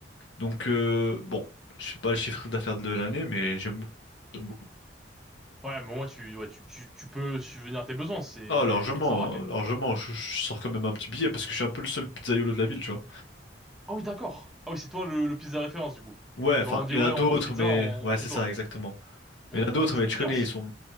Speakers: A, on the left; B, in the centre.
A: Donc, euh, bon, je sais pas le chiffre d'affaires de l'année, mais j'aime beaucoup. J'aime beaucoup.
B: Ouais, mais au moins tu, ouais, tu, tu, tu peux subvenir à tes besoins, c'est,
A: Oh, largement,
B: ça va quand même.
A: largement. Je, je sors quand même un petit billet parce que je suis un peu le seul pizzaïolo de la ville, tu vois.
B: Ah oui, d'accord. Ah oui, c'est toi le, le pizza référence du coup.
A: Ouais, enfin,
B: Genre on dit
A: il
B: ouais,
A: y en a d'autres,
B: on mange pizza,
A: mais...
B: on,
A: Ouais,
B: on va chez
A: c'est
B: toi.
A: ça, exactement.
B: D'accord,
A: Il y en a d'autres,
B: c'est
A: mais
B: la
A: tu
B: classe.
A: connais, ils sont...